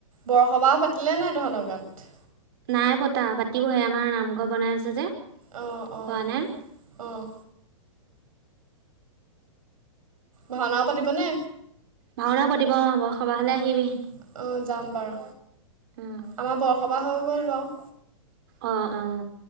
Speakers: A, on the right (about 90°); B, on the right (about 45°).
A: বৰসবাহ পাতিলে নাই তহঁতৰ গাওঁত।
B: নাই পতা পাতিবহে আমাৰ নামঘৰ বনাই আছে যে।
A: অ অ
B: হোৱা নাই।
A: অঁ ভাওনাও পাতিবনে।
B: ভাওনাও পাতিব অ বৰসবাহ হলে
A: অঁ
B: আহিবি
A: অঁ যাম বাৰু
B: উম।
A: আমাৰ বৰসবাহ হৈ গ'ল বাৰু
B: অঁ অঁ